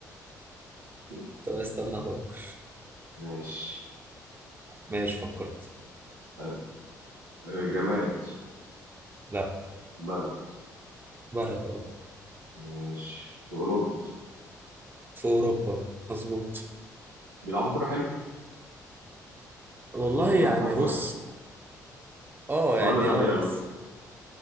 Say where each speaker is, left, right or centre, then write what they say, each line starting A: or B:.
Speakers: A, on the right (about 90°); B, on the right (about 25°).
A: <laughs>
B: طب استنى افكر
A: ماشي
B: ماشي فكرت
A: حلو آه، جماد
B: لا
A: بلد
B: بلد اه
A: ماشي في اوروبا
B: في اوروبا مظبوط
A: بيلعبوا كورة حلو
B: والله
A: اوروبا كلها
B: يعني
A: بتلعب كورة
B: بص
A: حلو
B: اه
A: سؤال
B: يعني
A: غبي
B: اه
A: قوي
B: بس